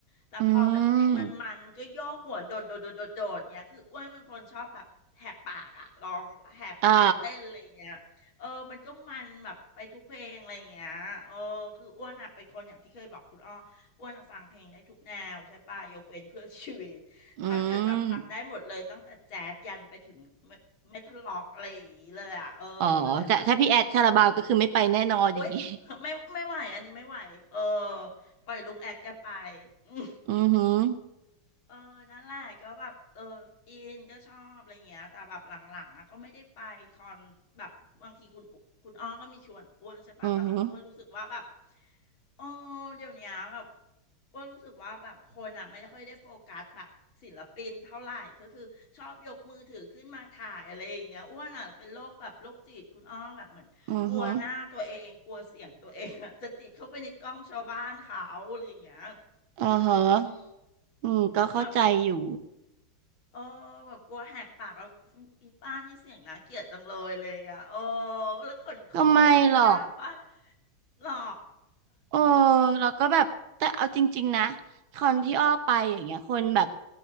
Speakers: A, on the left; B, on the right.
A: แต่พอแบบเพลงมันมันก็โยกหัวโดดโดดโดดโดดโดดเงี้ยคืออ้วนเป็นคนชอบแบบแหกปากอ่ะร้องแหกปากเต้นอะไรเงี้ย
B: อืมอ่า
A: เออมันก็มันแบบไปทุกเพลงอะไรอย่างเงี้ยเออคืออ้วนอ่ะเป็นคนอย่างที่เคยบอกคุณอ้ออ้วนอะฟังเพลงได้ทุกแนวใช่ป่ะยกเว้นเพื่อชีวิต
B: อื
A: ถ้าเกิดแบบฟังได้หมดเลยตั้งแต่แจ๊สยันไปถึง
B: ม
A: เมทัลล็อกอะไรอย่างงี้เลยอ่ะ เออก็เลยแบบ
B: อ๋อแต่ถ้าพี่แอดคาราบาวก็คือไม่ไปแน่นอนอย่างนี้
A: อุ๊ยไม่ไม่ไหวอันนี้ไม่ไหวเออ ปล่อยลุงแอดแกไปอืม
B: <laughs> อือหือ
A: เออนั่นแหละก็แบบเอออินก็ชอบอะไรเงี้ยแต่แบบหลังๆอ่ะก็ไม่ได้ไปคอนแบบบางทีคุณคุณอ้อก็มีชวนอ้วนใช่ป่ะแต่แบบอ้วนรู้สึกว่าแบบ
B: อือหือ
A: เออเดี๋ยวเนี้ยแบบอ้วนรู้สึกว่าแบบคนอ่ะไม่ค่อยได้โฟกัสแบบศิลปินเท่าไหร่ก็คือชอบยกมือถือขึ้นมาถ่ายอะไรอย่างเงี้ยอ้วนอ่ะเป็นโรคแบบโรคจิตคุณอ้อแบบเหมือนกลัวหน้าตัวเองกลัวเสียงตัวเองอ่ะจะติดเข้าไปในกล้องชาวบ้านเขาอะไรอย่างเงี้ย
B: อือหืออ่อฮะ
A: อืม
B: อืมก็เข้าใจอยู่
A: แบบ เออแบบกลัวแหกปากแล้วอีป้านี่เสียงน่าเกลียดจังเลยเลยอ่ะโอ้แล้วขนโขนอ่ะไม่กล้าป้า
B: ก็ไม่หรอก
A: หรอ
B: เออแล้วก็แบบแต่เอาจริงๆนะคอนที่อ้อไปอย่างเงี้ยคนแบบ